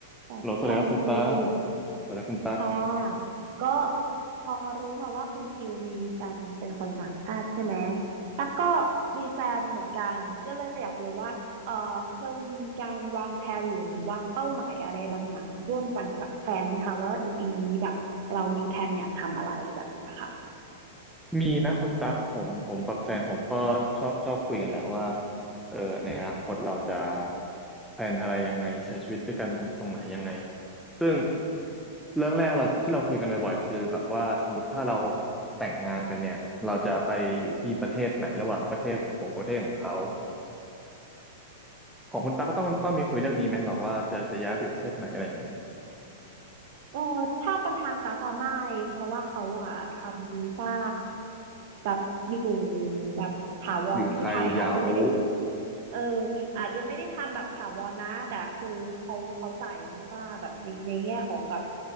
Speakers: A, on the right (about 40°); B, in the centre.
A: สวัสดีค่ะคุณคิว
B: ฮัลโหลสวัสดีครับคุณตั๊กสวัสดีคุณตั๊ก
A: ค่ะก็พอรู้มาว่าคุณคิวมีแฟนเป็นคนต่างชาติใช่ไหมตั๊กก็มีแฟนเหมือนกันก็เลยอยากรู้ว่าเออเคยมีการวางแผนหรือวางเป้าหมายอะไรบางอย่างร่วมกันกับแฟนไหมคะว่าในปีนี้แบบเรามีแผนอยากทำอะไรแบบเนี้ยค่ะ
B: มีนะคุณตั๊กผมผมกับแฟนผมก็ชอบชอบคุยกันแหละว่าเออในอนาคตเราจะแพลนอะไรยังไงใช้ชีวิตด้วยกันตรงไหนยังไงซึ่งเรื่องแรกเราที่เราคุยกันบ่อยๆคือแบบว่าสมมติถ้าเราแต่งงานกันเนี่ยเราจะไปอยู่ที่ประเทศไหนระหว่างประเทศของผมกับประเทศของเขาของคุณตั๊กก็ต้องต้องมีคุยเรื่องนี้ไหมแบบว่าจะจะย้ายไปอยู่ประเทศไหนอะไรอย่างนั้น
A: เออถ้าเป็นทางตา๊กะไม่เพราะว่าเขาอะทำวีซ่าแบบอยู่แบบถาวรที่ไทยอาจจะไม่ได้
B: อยู่ไทยยาวโอ้
A: เอออาจจะไม่ได้ทำแบบถาวรนะแต่คือเขาเขาจ่ายวีซ่าแบบนี้ในแง่ของแบบ